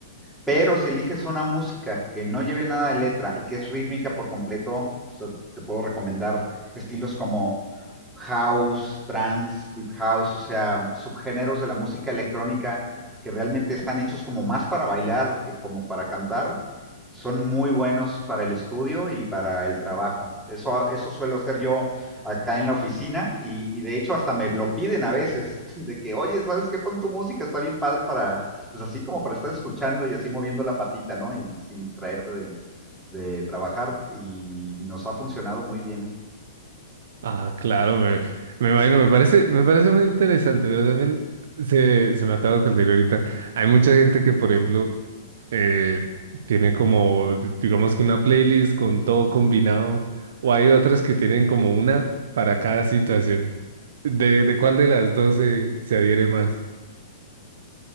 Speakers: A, in the centre; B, on the right.
A: pero si eliges una música que no lleve nada de letra y que es rítmica por completo, o sea, te puedo recomendar estilos como house, trance, deep house, o sea, subgéneros de la música electrónica que realmente están hechos como más para bailar que como para cantar, son muy buenos para el estudio y para el trabajo. Eso, eso suelo hacer yo acá en la oficina y, y de hecho hasta me lo piden a veces, <laughs> de que, oye, ¿sabes qué? Pon tu música, está bien padre para, pues así como para estar escuchando y así moviendo la patita, ¿no? Y sin traerte de, de trabajar y nos ha funcionado muy bien.
B: Ah, claro, me, me imagino, me parece, me parece muy interesante, pero también se, se me acaba de ocurrir ahorita. Hay mucha gente que, por ejemplo, eh, tiene como, di- digamos que una playlist con todo combinado, o hay otras que tienen como una para cada situación. ¿De, de cuál de las dos se, se adhiere más?